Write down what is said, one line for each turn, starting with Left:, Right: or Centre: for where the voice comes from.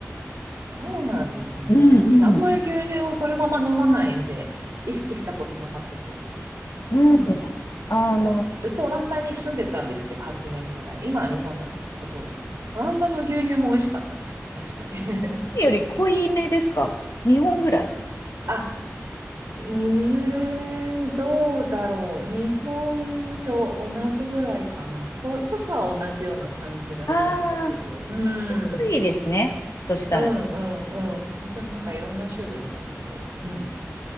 Right: そうなんですね。
Left: うん
Right: 私、あんまり牛乳をそのまま飲まないんで、意識したことなかったけど。そうなんだ。
Left: うん。うん。あの、
Right: 私もずっとオランダに住んでたんですけど、8年ぐらい。今は日本なんですけど、オランダの牛乳も美味しかったです。確かに。
Left: より濃いめですか日本ぐらい。
Right: <laughs> あ、うーん、どうだろう。日本と同じぐらいかな。こ、濃さは同じような感じがしましたけど。
Left: ああ、
Right: うん。
Left: 濃いですね。そしたら、
Right: うん、うん、うん。でもなんかいろんな種類があって。うん。